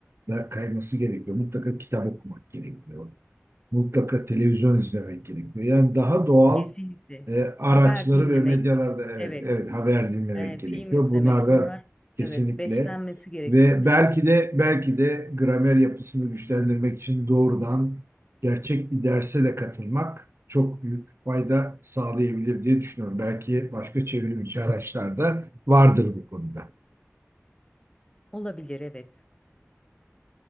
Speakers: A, on the right; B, on the left.
A: da kayması gerekiyor. Mutlaka kitap okumak gerekiyor mutlaka televizyon izlemek gerekiyor. Yani daha doğal
B: Kesinlikle.
A: e, araçları
B: Haber dinlemek,
A: ve medyalarda evet
B: evet,
A: evet haber dinlemek
B: eee,
A: gerekiyor.
B: film izlemek
A: Bunlar da
B: bunlar
A: kesinlikle
B: evet beslenmesi gerekiyor.
A: ve belki de belki de gramer yapısını güçlendirmek için doğrudan gerçek bir derse de katılmak çok büyük fayda sağlayabilir diye düşünüyorum. Belki başka çevrim içi araçlarda vardır bu konuda.
B: Olabilir evet.